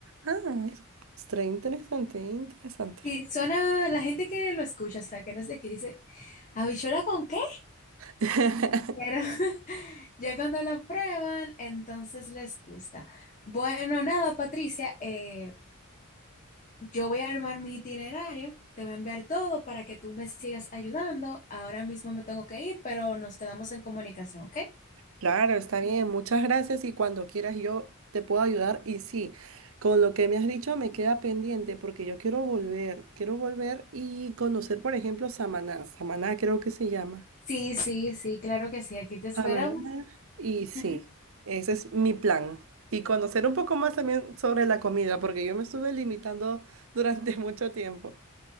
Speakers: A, on the right; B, on the left.
A: Ah, es un postre interesante, interesante.
B: Sí, suena, la gente que lo escucha, o sea, que no es de aquí, dice, ¿habichuela con qué?
A: <laughs>
B: Pero <laughs> ya cuando lo prueban, entonces les gusta. Bueno, nada, Patricia, eh, Yo voy a armar mi itinerario, te voy a enviar todo para que tú me sigas ayudando. Ahora mismo me tengo que ir, pero nos quedamos en comunicación, ¿ok?
A: Claro, está bien. Muchas gracias y cuando quieras yo te puedo ayudar. Y sí, con lo que me has dicho me queda pendiente porque yo quiero volver, quiero volver y conocer, por ejemplo, Samaná. Samaná creo que se llama.
B: Sí, sí, sí, claro que sí, aquí te esperamos.
A: Samaná. Y sí,
B: Ujú.
A: ese es mi plan. Y conocer un poco más también sobre la comida porque yo me estuve limitando durante <laughs> mucho tiempo.